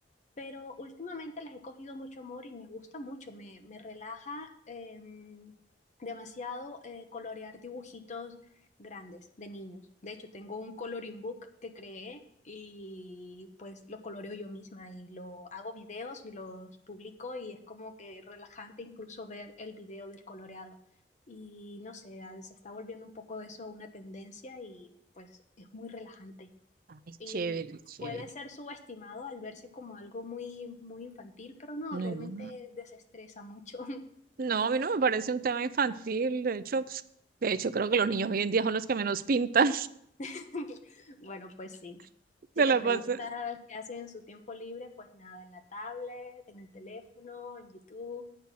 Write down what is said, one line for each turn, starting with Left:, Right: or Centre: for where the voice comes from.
Left: pero últimamente les he cogido mucho amor y me gusta mucho, me, me relaja em, demasiado eh, colorear dibujitos grandes de niños. De hecho, tengo un coloring book que creé y pues lo coloreo yo misma y lo hago videos y los publico y es como que relajante incluso ver el video del coloreado. Y no sé, ah, se está volviendo un poco eso una tendencia y pues es muy relajante
Right: Ay,
Left: y
Right: chévere, chévere.
Left: puede ser subestimado al verse como algo muy, muy infantil, pero no,
Right: No.
Left: realmente desestresa mucho.
Right: No, a mí no me parece un tema infantil. De hecho, pues, de hecho, creo que los niños hoy en día son los que menos pintan.
Left: <laughs> bueno, pues sí.
Right: <laughs> de
Left: Si le
Right: la
Left: preguntas
Right: pasas
Left: qué hace en su tiempo libre, pues nada, en la tablet, en el teléfono, en YouTube.